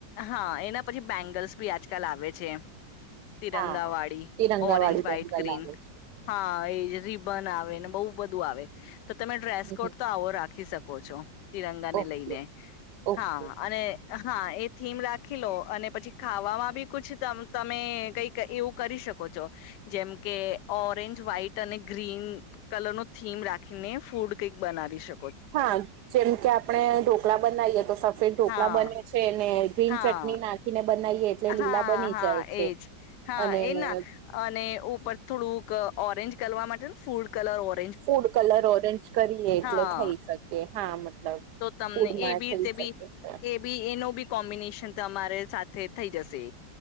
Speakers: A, on the left; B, on the right.
A: હા એના પછી બેંગલ્સ ભી આજકાલ આવે છે એમ તિરંગાવાડી
B: હા તિરંગા
A: ઓરેન્જ
B: વાળી
A: વ્હાઈટ
B: બેંગલ
A: ગ્રીન
B: આવે છે.
A: હા એજ રિબન આવે ને બહુ બધું આવે તો તમે ડ્રેસ
B: હમ
A: કોડ તો આવો રાખી શકો છો તિરંગાને
B: ઓકે
A: લઈને
B: ઓકે.
A: હા અને હા એ થીમ રાખી લો અને પછી ખાવામાં બી કુછ તમ તમે કઈક એવું કરી શકો છો. જેમ કે ઓરેન્જ, વ્હાઈટ અને ગ્રીન કલરનો થીમ રાખીને ફૂડ કંઈક બનાવી શ
B: હા જેમ કે આપણે ઢોકળા બનાવીએ તો સફેદ ઢોકળા
A: હા
B: બને છે ને ગ્રીન
A: હા
B: ચટણી નાખીને બનાવીએ એટલે લીલા
A: હા
B: બની
A: હા
B: જાય છે
A: એજ હા
B: અને
A: એ ના
B: એને
A: અને ઉપર થોડુંક ઓરેન્જ કરવા માટે ને ફૂડ કલર ઓ
B: ફૂડ કલર ઓરેન્જ કરીએ એટલે
A: હા
B: થઈ શકે હા મતલબ
A: તો તમને
B: ફૂડમાં
A: એવી
B: થઈ
A: રીતે
B: શકે
A: બી
B: છે
A: એ બી એનો બી કોમ્બિનેશન તમારે સાથે થઈ જશે.